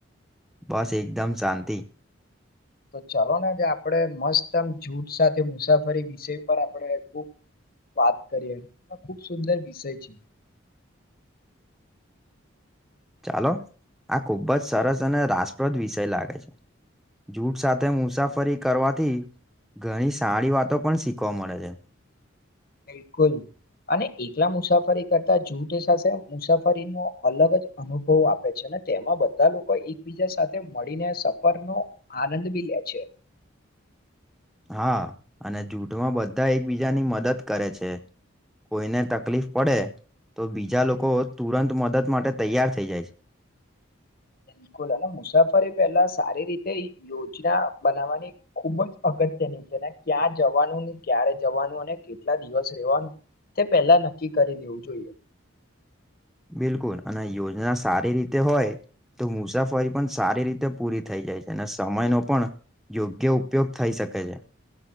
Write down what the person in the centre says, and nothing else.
બસ એકદમ શાંતિ
ચાલો આ ખુબ જ સરસ અને રાસપ્રદ વિષય લાગે છે. જૂઠ સાથે મુસાફરી કરવાથી ઘણી સારી વાતો પણ શીખવા મળે છે.
હા અને જૂઠમાં બધા એકબીજાની મદદ કરે છે. કોઈને તકલીફ પડે તો બીજા લોકો તુરંત મદદ માટે તૈયાર થઈ જાય છે.
બિલકુલ. અને યોજના સારી રીતે હોય તો મુસાફરી પણ સારી રીતે પૂરી થઈ જાય છે, અને સમયનો પણ યોગ્ય ઉપયોગ થઈ શક કે છે.